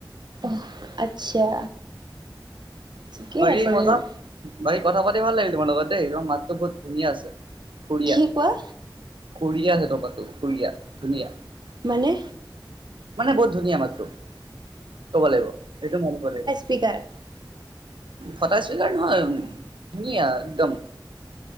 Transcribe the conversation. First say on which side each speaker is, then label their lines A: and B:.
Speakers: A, on the right (about 60°); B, on the right (about 85°).
A: অহ আচ্ছা। ঠিকেই
B: বাকী
A: আছে
B: মজা?
A: তেনে।
B: বকী, কথা পাতি ভাল লাগিলে তোমাৰ লগত দেই, তোমাৰ মাতটো বহুত ধুনীয়া আছে সুৰীয়া।
A: কি কোৱা?
B: সুৰয়া জত পাতো সুৰয়া ধুনীয়া <unintelligible>
A: মানে?
B: মানে বহুত ধুনীয়া মাতটো ক'ব লাগিব, এইটো মন কৰিব লাগিব।
A: স্পিকাৰ?
B: ফটা চুইকাৰাৰ নহয় ধুনীয়া একদম <inaudible>